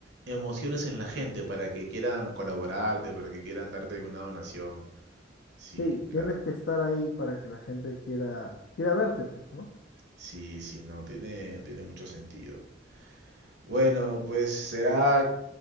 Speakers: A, on the right (about 65°); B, on the left (about 65°).
A: emociones en la gente para que quieran colaborarte, para que quieran darte alguna donación. Sí,
B: Sí,
A: claro.
B: tienes que estar ahí para que la gente quiera, quiera verte, pues, ¿no?
A: Sí, sí, no, tiene, tiene mucho sentido. Bueno, pues será